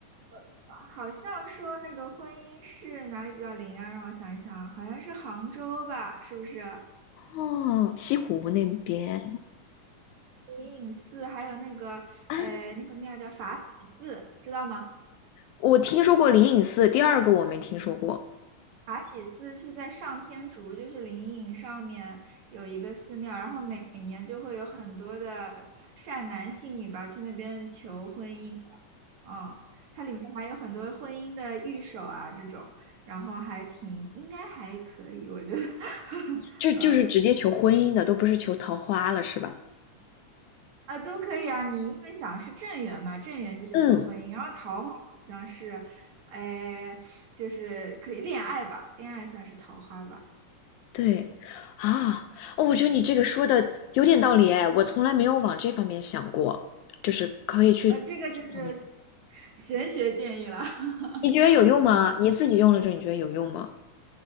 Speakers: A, on the right (about 65°); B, on the left (about 75°).
A: <laughs> 好像说那个婚姻是哪里比较灵啊？让我想一想啊，好像是杭州吧，是不是？
B: 哦，西湖那边。
A: 灵隐寺，还有那个呃，
B: 啊，
A: 那个庙叫法喜寺，知道吗？
B: 我听说过灵隐寺，第二个我没听说过，
A: 法喜寺是在上天竺，就是灵隐上面有一个寺庙，然后每年就会有很多的善男信女吧去那边求婚姻的嗯，它里面还有很多婚姻的御守啊这种，然后还挺应该还可以，我觉得。<laughs>
B: 就是就就是直接求婚姻的，
A: 嗯
B: 都不是求桃花了，是吧？
A: 啊都可以啊，你因为想是正缘嘛，正缘就是求婚姻，
B: 嗯，
A: 然后桃花好像是，哎，就是可以恋爱吧，恋爱算是桃花吧。
B: 对，啊，哦，我觉得你这个说的有点道理哎，我从来没有往这方面想过，就是可以去，
A: 啊，这个就是
B: 你
A: 玄学建议了。<laughs>
B: 你觉得有用吗？
A: 嗯，
B: 你自己用了之后，你觉得有用吗？